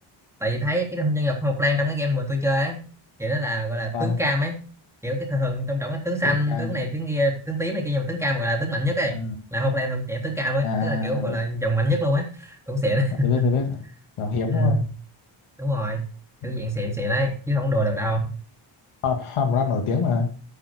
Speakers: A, in the centre; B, on the left.
A: tại vì thấy cái nhân vật Hoa Mộc Lan trong cái game mà tôi chơi ấy kiểu nó là gọi là
B: sao
A: tướng cam ấy kiểu cái thường thường trong trọng cái tướng xanh
B: tưởng ca
A: tướng này tướng kia tướng tím này kia nhưng mà tướng cam gọi là tướng mạnh nhất ấy
B: à,
A: là Hoa Mộc Lan thuộc trẻ tướng cam luôn
B: à,
A: ấy tức là kiểu gọi là dòng mạnh nhất luôn ấy cũng xịn đấy
B: à tôi biết tôi biết rồi.
A: <laughs>
B: làm hiếm
A: ừ,
B: đúng không
A: đúng rồi kiểu
B: Ừ.
A: dạng xịn xịn ấy chứ không đùa được đâu
B: Hoa, hoa màu lan nổi tiếng mà